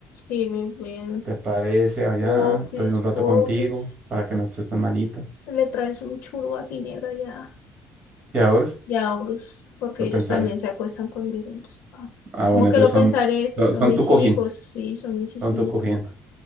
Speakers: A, on the left (about 75°); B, on the right (about 30°).
A: Sí, ven,
B: ¿Te parece allá?
A: pofis,
B: Estoy un rato
A: pofis.
B: contigo para que no estés tan malita.
A: le traes un churro a Ginebra y a,
B: Y ahora
A: y a Horus, porque
B: lo
A: ellos
B: pensaré.
A: también se acuestan conmigo. Entonces, ah,
B: Ah,
A: como
B: bueno,
A: que
B: ellos
A: lo
B: son,
A: pensaré, si
B: son
A: son
B: son
A: mis
B: tu cojín,
A: hijos, sí, son mis hijitos.
B: son tu cojín.